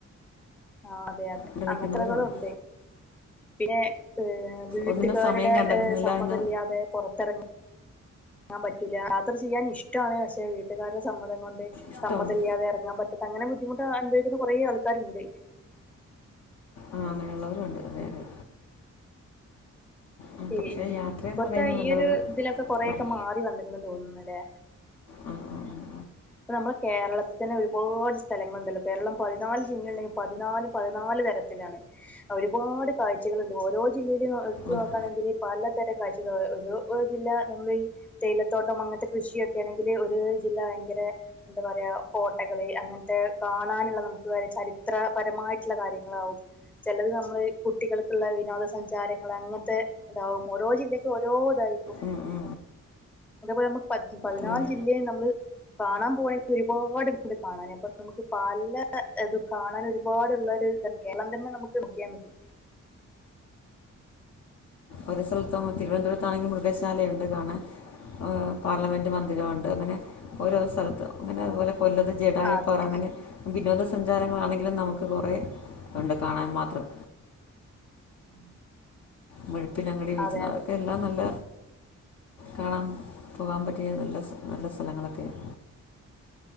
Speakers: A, in the centre; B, on the left.
A: ആഹ് അതെ അതെ
B: ഇവിടെ
A: അങ്ങനത്തെ
B: നിൽക്കുന്നവരുണ്ട്
A: ആളുകളുംണ്ട് പിന്നെ ഹ് വീട്ടുകാര്ടെ
B: ഒന്നിനും സമയം കണ്ടെത്തുന്നില്ല
A: സമ്മതം
B: എന്ന
A: ഇല്ല്യാതെ പുറത്തിറങ്ങ ഇറങ്ങാൻ പറ്റൂലാ യാത്ര ചെയ്യാൻ ഇഷ്ട്ടാണ് പക്ഷെ വീട്ട്കാര്ടെ സമ്മതം കൊണ്ട്
B: ഇഷ്ടമാണ്
A: സമ്മതംഇല്ല്യാതെ എറങ്ങാൻ പറ്റ അങ്ങനെ ബുദ്ധിമുട്ടനുഭവിക്കുന്ന കൊറേ ആൾക്കാര്ണ്ട്.
B: ആഹ് അങ്ങനെയുള്ളോരുണ്ട് അതെ അതെ. ആ,
A: പിൻ
B: പക്ഷേ യാത്രയെന്ന്
A: ഇപ്പത്തെ
B: പറയുന്നത്
A: ഈയൊര്
B: നല്ലൊരു
A: ഇതിലൊക്കെ കൊറെയൊക്കെ
B: മ-
A: മാറി വന്ന്ക്ക്ണ തോന്നുന്നല്ലേ
B: ആ ആ ആ
A: ഇപ്പ നമ്മുടെ കേരളത്തിതന്നെ ഒര്പാട് സ്ഥലങ്ങള്ണ്ടല്ലോ കേരളം പതിനാല് ജില്ലണ്ടെങ്കി പതിനാലും പതിനാല് തര ത്തിലാണ്. ഒര്പാട് കാഴ്ചകള്ണ്ട് ഓരോ ജില്ലയിലും എടുത്ത്
B: അത്
A: നോക്കാണെങ്കില് പലതരം കാഴ്ചകള് ഒരു ഒര് ജില്ല നമ്മളെ ഈ തേയിലത്തോട്ടം അങ്ങനത്തെ കൃഷിയൊക്കെ ആണെങ്കില് ഒര് ജില്ല ഭയങ്കര എന്താ പറയാ കോട്ടകള് അങ്ങനത്തെ കാണാന്ള്ള നമ്ക്ക് ചരിത്രപരമായിട്ട്ള്ള കാര്യങ്ങളാവും. ചെലത് നമ്മള് കുട്ടികൾക്ക്‌ള്ള വിനോദസഞ്ചാരങ്ങള് അങ്ങത്തെ ഇതാവും ഓരോ ജില്ലക്കും ഓരോതായിരി
B: ഉ ഉ
A: അതേപോലെ ഞമ്മക്ക് പതി പതിനാല്
B: അതെ
A: ജില്ലേ നമ്മള് കാണാൻ പോവാണേൽ ഒര്പാട്ണ്ട് കാണാന് അപ്പൊ നമുക്ക് പല ഇതും കാണാന് ഒര്പാടുള്ളര് ഇത കേരളം തന്നെ നമുക്ക് നോക്കിയാമതി.
B: ഒര് സ്ഥലത്തും തിരുവനന്തപുരത്താണെങ്കി മൃഗശാലയൊണ്ട് കാണാൻ. ആഹ് പാർലമെന്റ് മന്ദിരംഒണ്ട് അങ്ങനെ ഓരോ സ്ഥലത്തും അങ്ങനെ അത്പോലെ കൊല്ലത്ത് ജടായിപാറ
A: അതെ
B: അങ്ങനെ വിനോദസഞ്ചാരങ്ങളാണെങ്കിലും നമുക്ക് കുറെ ഒണ്ട് കാണാൻ മാത്രം.
A: <inaudible>
B: മുഴുപ്പിലങ്ങാടി ബീച്ച്
A: അതെ
B: അതൊക്കെ
A: അതെ
B: എല്ലാം നല്ല, കാണാൻ പോവാൻ പറ്റിയ നല്ല നല്ല സ്ഥലങ്ങളൊക്കെയ-